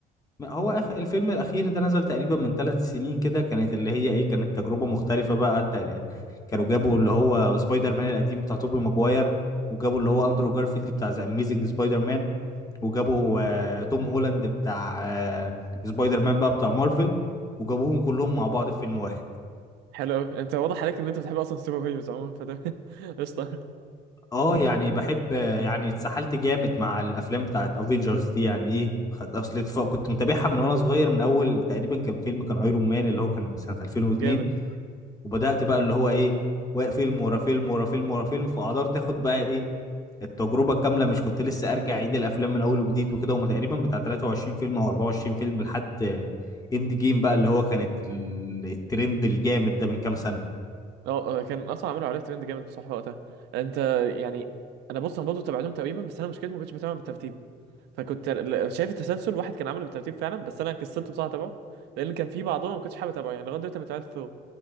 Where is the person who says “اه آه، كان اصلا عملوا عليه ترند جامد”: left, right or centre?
Right